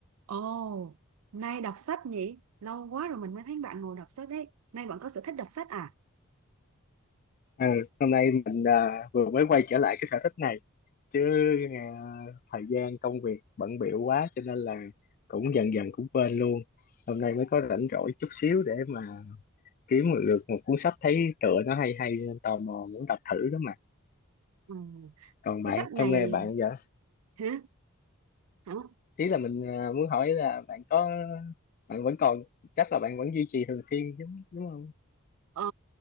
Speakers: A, on the right; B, on the left.
A: Ồ, nay đọc sách nhỉ? Lâu quá rồi mình mới thấy bạn ngồi đọc sách đấy. Nay bạn có sở thích đọc sách à?
B: Ờ, hôm nay mình à, vừa mới quay trở lại cái sở thích này chứ à, thời gian công việc bận bịu quá cho nên là cũng dần dần cũng quên luôn hôm nay mới có rảnh rỗi chút xíu để mà kiếm một lượt một cuốn sách thấy tựa nó hay hay nên tò mò muốn đọc thử đó mà
A: Ừ.
B: còn bạn
A: Cái sách này
B: hôm nay bạn giờ
A: hả? Hả?
B: ý là mình à, muốn hỏi là bạn có bạn vẫn còn chắc là bạn vẫn duy trì thường xuyên đúng đúng không
A: Ờ,